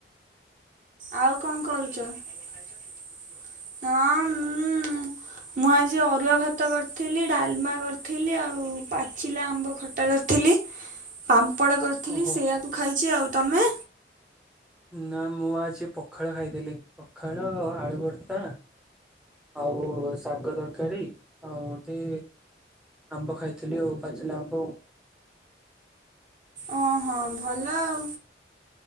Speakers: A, on the right (about 45°); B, in the centre.
A: ଆଉ କଣ କରୁଛ ହଁ। ଁ ମୁଁ ଆଜି ଅରୁଆ ଭାତ କରିଥିଲି ଡାଲମା କରିଥିଲି ଆଉ ପାଚିଲା ଆମ୍ବ ଖଟା କରିଥିଲି। କପଡ଼ କରିଥିଲି
B: ଓହୋ
A: ସେଇଆକୁ ଖାଇଛି ଆଉ। ତମେ
B: ନା ମୁଁ ଆଜି ପଖାଳ ଖାଇଥିଲି ପଖାଳ ଆଳୁ ଭର୍ତା ଆଉ ଶାଗ ତରକାରୀ ଆଉ ଗଠେ ଆମ୍ବ ଖାଇଥିଲି ଆଉ ପାଚିଲ ଆମ୍ବ
A: ଓ ହଁ ଭଲ ଆଉ।